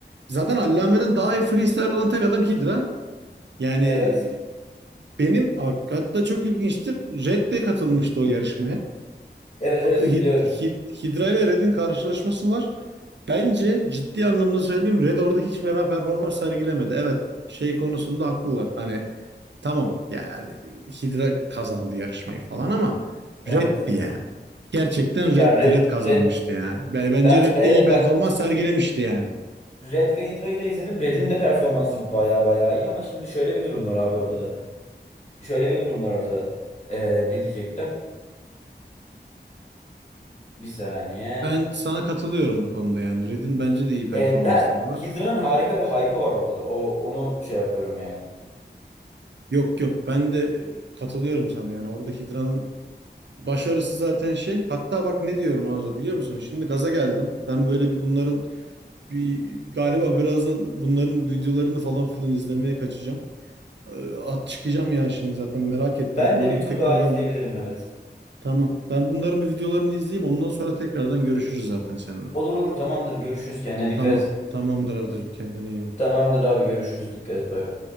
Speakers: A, on the right; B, on the left.
A: Zaten Allame'den daha iyi freestyle olan tek adam Hydra. Yani
B: Evet.
A: e, benim hatta çok ilginçtir. Red de katılmıştı o yarışmaya.
B: Evet evet
A: Hid-
B: biliyorum.
A: Hid- Hydra ile Red'in karşılaşması var. Bence ciddi anlamda söyleyeyim Red orada hiç fena performans sergilemedi. Evet şey konusunda haklılar. Hani Tamam yani Hydra kazandı yarışmayı falan ama
B: Evet.
A: Red'di yani. Gerçekten
B: Ya
A: Red'di.
B: Red,
A: Red kazanmıştı ya. Ben- Bence
B: Ben
A: Red
B: be- evet
A: de iyi performans
B: ben
A: sergilemişti yani.
B: Red ve Hydra'yı da izledim. Red'in de performansı baya baya iyi ama şimdi şöyle bir durum var abi ortada. Şöyle bir durum var ortada. Ee, ne diyecektim? Bir saniye.
A: Ben sana katılıyorum bu konuda yani. Red'in bence de iyi performansları
B: Ee, ha,
A: var.
B: Hydra'nın harika bir hype'ı var ortada. O onu şey yapıyorum yani.
A: Yok yok ben de katılıyorum sana yani. Orada Hydra'nın başarısı zaten şey. Hatta bak ne diyorum Arda biliyor musun? Şimdi gaza geldim. Ben böyle bir bunların bir galiba birazdan bunların videolarını falan filan izlemeye kaçacağım. Ee, At çıkacağım ya şimdi zaten merak ettim.
B: Ben
A: Bunların
B: de bir tur
A: tekrardan
B: daha izleyebilirim
A: vid-
B: evet.
A: Tamam. Ben bunların bir videolarını izleyeyim. Ondan sonra tekrardan görüşürüz zaten seninle.
B: Olur olur tamamdır görüşürüz kendine dikkat
A: Tamam.
B: et.
A: Tamamdır Ardacığım. Kendine iyi bak.
B: Tamamdır abi görüşürüz dikkat et bay bay.